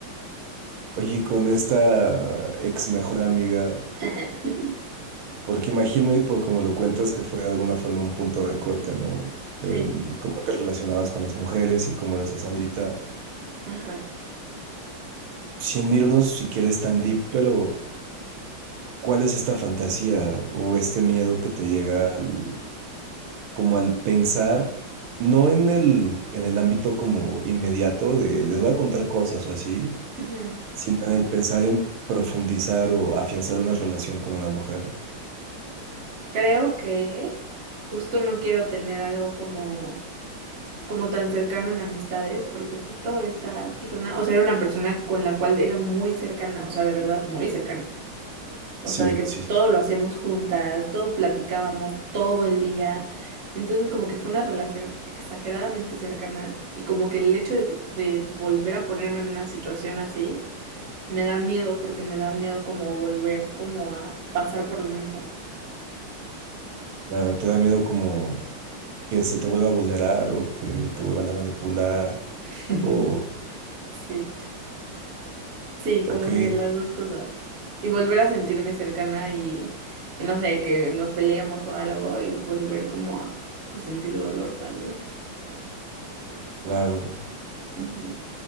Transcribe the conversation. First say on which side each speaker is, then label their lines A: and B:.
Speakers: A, on the right (about 80°); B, on the right (about 50°).
A: Oye, y con esta ex mejor amiga,
B: <laughs>
A: porque imagino y por como lo cuentas que fue de alguna forma un punto de corte, ¿no? De
B: Sí,
A: en cómo te relacionabas con las mujeres y cómo las haces ahorita,
B: ajá.
A: sin irnos si quieres tan deep, pero ¿Cuál es esta fantasía o este miedo que te llega al, como al pensar, no en el, en el ámbito como inmediato de les voy a contar cosas o así,
B: ujú.
A: sino en el pensar en profundizar o afianzar una relación con una mujer?
B: Creo que justo no quiero tener algo como, como tan cercano en amistades, porque justo esta persona, o sea, era una persona con la cual era muy cercana, o sea, de verdad, muy cercana. O
A: Sí,
B: sea, de que
A: sí,
B: todo
A: sí.
B: lo hacíamos juntas, todo platicábamos todo el día. Entonces, como que fue una relación exageradamente cercana y como que el hecho de, de volver a ponerme en una situación así, me da miedo porque me da miedo como volver como a pasar por lo mismo.
A: Claro, te da miedo como que se te vuelva a vulnerar o que te vuelvan a manipular.
B: <laughs>
A: Oh,
B: Sí, sí,
A: ok,
B: como que las dos cosas. Y volver a sentirme cercana y, y no sé, que nos peleamos o algo y volver como a pues, sentir dolor tal vez.
A: claro.
B: Ujú.